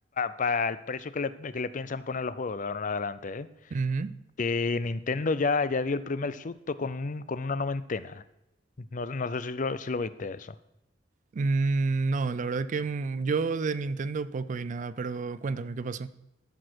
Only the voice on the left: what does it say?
para, el precio que le, que le piensan poner los juegos de ahora en adelante, ¿eh?
Que Nintendo ya, ya dio el primer susto con, un- con una noventena. No, no sé si lo, si lo viste eso.